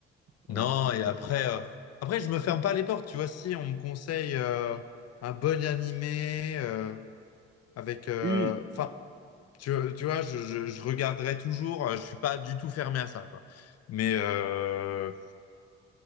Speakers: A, on the left; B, on the right.
A: Non,
B: Ouais, je vais peut-être
A: et
B: craquer.
A: après, euh, après, je me ferme pas les portes, tu vois, si on me conseille euh, un bon animé euh, avec, euh,
B: Oui,
A: enfin, tu, tu vois, je, je, je regarderai toujours, euh, je suis pas du tout fermé à ça, quoi. Mais euh,